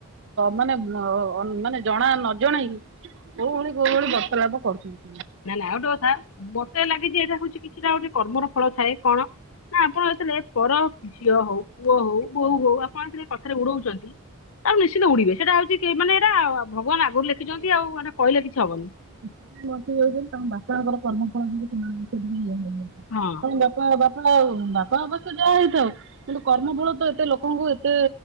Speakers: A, on the right (about 55°); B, on the left (about 70°).
A: ମାନେ ମାନେ ଜଣା ନ ଜଣେଇକି କୋଉ ଭଳି କୋଉ ଭଳି ବର୍ତ୍ତାଲାପ କରୁଛନ୍ତି।
B: ନା ନା ଆଉ ଗୋଟେ କଥା ମତେ ଲାଗେ ଯେ ଏଇଟା ହଉଛି କିଛିଟା ଗୋଟେ କର୍ମର ଫଳ ଥାଏ କଣ। ନା ଆପଣ ଯେତେବେଳେ ପର ଝିଅ ହଉ ପୁଅ ହଉ ବୋହୁ ହଉ ଆପଣ ଯେବେ କଥାରେ ଉଡଉଛନ୍ତି। ଆଉ ନିଶ୍ଚିନ୍ତ ଉଡିବେ ସେଇଟା ହଉଛି ମାନେ ଏଇଟା ଭଗବାନ ଆଗରୁ ଲେଖିଛନ୍ତି ଆଉ ମାନେ କହିଲେ କିଛି ହବନି।
A: <unintelligible> ତାଙ୍କ ବାପାଙ୍କର କର୍ମ ଫଳ ଯୋଗୁଁ ସେମାନେ ସେମିତି ହେଇନାହାନ୍ତି
B: ହଁ
A: ତାଙ୍କ ବାପା ବାପା ଆଉ ବାପାଙ୍କ ଅବସ୍ଥା ଯାହା ହେଇଥାଉ କିନ୍ତୁକର୍ମ ଫଳ ତ ଏତେ ଲୋକଙ୍କୁ ଏତେ